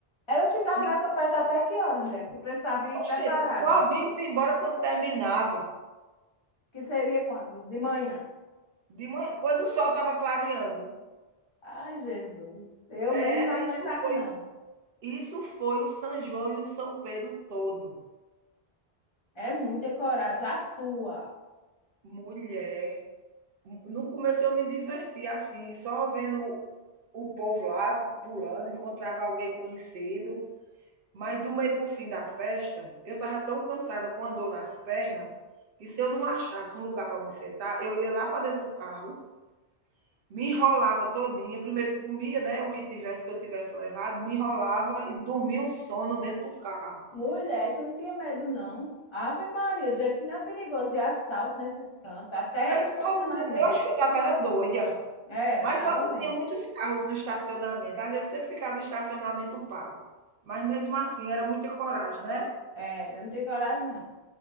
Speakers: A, on the left; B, on the right.
A: Elas ficavam
B: E,
A: nessa festa até que horas, mulher? Que tu precisava ir
B: poxa,
A: preparada.
B: só vinha-se embora quando terminava.
A: Que seria quando? De manhã.
B: De manhã, quando o sol estava clareando.
A: Ai, Jesus. Eu
B: Era,
A: mesmo não aguentava,
B: isso foi
A: não.
B: Isso foi o São João e o São Pedro todo.
A: É muita coragem. A tua.
B: Mulher, no começo eu me diverti assim, só vendo o povo lá pulando, encontrava alguém conhecido, mas do meio para o fim da festa, eu estava tão cansada com a dor nas pernas, que se eu não achasse um lugar para me sentar, eu ia lá para dentro do carro, me enrolava todinha, primeiro comia, né, o que tivesse que eu tivesse levado, me enrolava e dormia o sono dentro do carro.
A: Mulher, tu não tinha medo, não. Ave Maria, do jeito que não é perigoso de assalto nesses cantos, até
B: Eu
A: estacionamento.
B: tô dizendo, eu acho que eu estava era doida.
A: Era,
B: Mas
A: tava
B: só que
A: mesmo.
B: tinha muitos carros no estacionamento. A gente sempre ficava em estacionamento pago, mas mesmo assim era muita coragem, né.
A: Era, eu não tinha coragem, não.